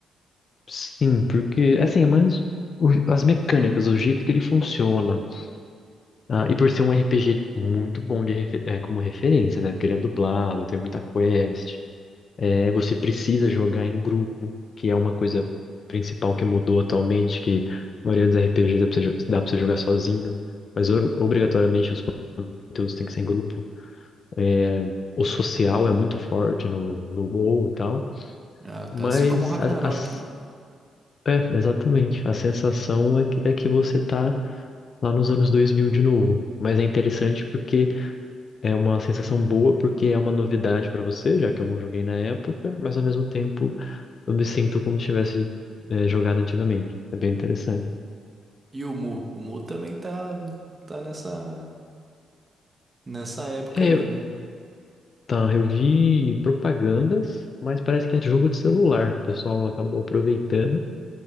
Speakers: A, on the left (about 40°); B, on the right (about 25°).
A: sim, porque, assim, é mais o- as mecânicas, o jeito que ele funciona, Ah, e por ser um RPG muito bom de, refe- eh, como referência, né? Porque ele é dublado, tem muita quest. É, você precisa jogar em grupo, que é uma coisa principal que mudou atualmente, que a maioria dos RPGs dá pra você, jo- dá pra você jogar sozinho, mas o- obrigatoriamente os conteúdos têm que ser em grupo. É, o social é muito forte no, no WoW e tal,
B: Ah, tá
A: mas
B: assim como o Ragnarok,
A: a- as-
B: né?
A: é, exatamente. A sensação é que, é que você tá lá nos anos 2000 de novo. Mas é interessante porque É uma sensação boa porque é uma novidade pra você, já que eu não joguei na época, mas ao mesmo tempo eu me sinto como se tivesse é, jogado antigamente. É bem interessante.
B: E o Mu, o Mu também tá tá nessa nessa época
A: É,
B: aí,
A: eu-
B: né?
A: tá, eu vi propagandas, mas parece que é de jogo de celular. O pessoal acabou aproveitando